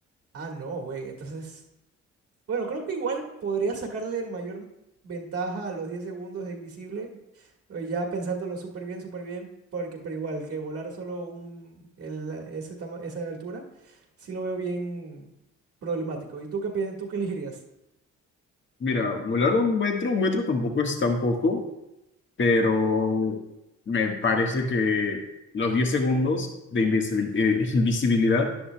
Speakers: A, on the right; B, on the left.
A: Ah, no, güey. Entonces, bueno, creo que igual podría sacarle mayor ventaja a los 10 segundos de invisible. eh, Ya pensándolo súper bien, súper bien. Porque, pero igual, que volar solo un, el- ese tama- esa altura, sí lo veo bien problemático. ¿Y tú qué, pi- tú qué elegirías?
B: mira, volar un metro, un metro tampoco es tan poco, pero me parece que los 10 segundos de invisibil- eh, invisibilidad